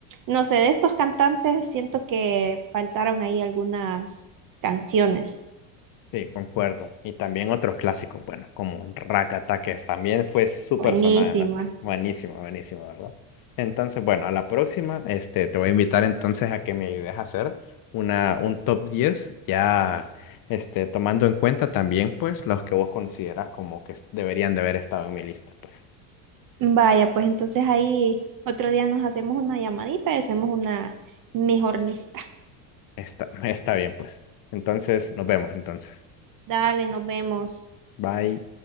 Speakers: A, on the right; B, on the left.
A: no sé, de estos cantantes siento que faltaron ahí algunas canciones
B: Sí, concuerdo. Y también otros clásicos, bueno, como Rakata, que también fue súper
A: buenísimas.
B: sonada. ¿no? Buenísima, buenísima, ¿verdad? Entonces, bueno, a la próxima, este, te voy a invitar entonces a que me ayudes a hacer una, un top 10, ya este, tomando en cuenta también, pues, los que vos consideras como que deberían de haber estado en mi lista, pues.
A: Vaya, pues entonces ahí otro día nos hacemos una llamadita y hacemos una mejor lista.
B: Está, está bien, pues. Entonces, nos vemos entonces.
A: Dale, nos vemos.
B: Bye.